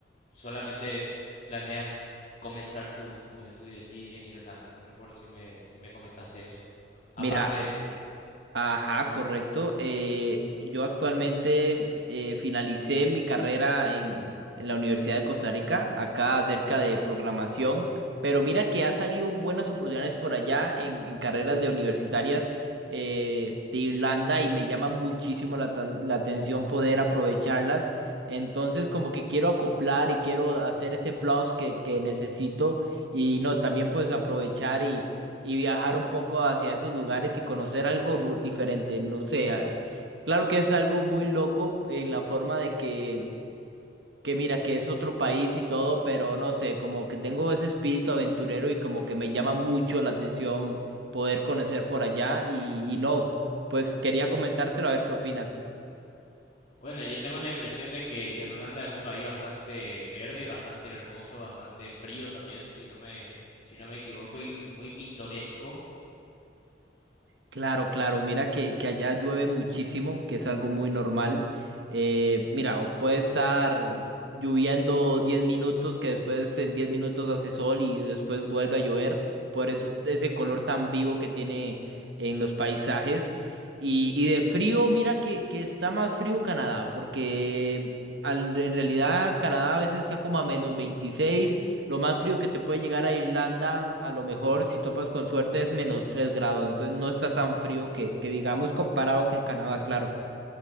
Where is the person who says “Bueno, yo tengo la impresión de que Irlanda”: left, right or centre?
Left